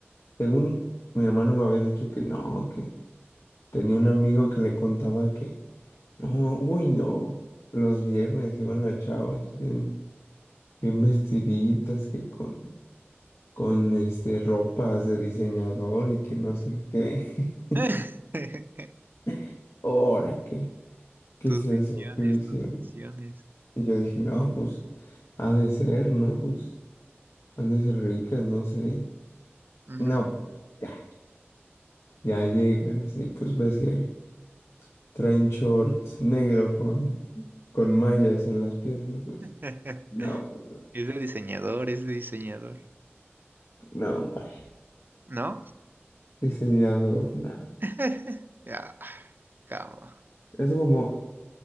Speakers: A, on the left (about 75°); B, on the right (about 45°).
A: Según mi hermano me había dicho que no, que tenía un amigo que le contaba que no, uy, no. Los viernes iban las chavas bien, bien vestiditas, que con, con este ropas de diseñador y que no sé qué.
B: <laughs>
A: <laughs> Ahora qué, ¿qué
B: Tus
A: es eso?
B: visiones,
A: ¿Qué visión?
B: tus visiones.
A: Y yo dije, no, pues, ha de ser, ¿no? Pues, han de ser ricas, no sé.
B: Ujú.
A: No, pues, ya. Ya llegas y pues ves que traen shorts negro con, con mallas en las piernas, pues.
B: <laughs>
A: No, pues, no.
B: Es de diseñador, es de diseñador.
A: No, hombre.
B: ¿No?
A: Diseñador, nada.
B: <laughs> Ya, cama.
A: Eso como,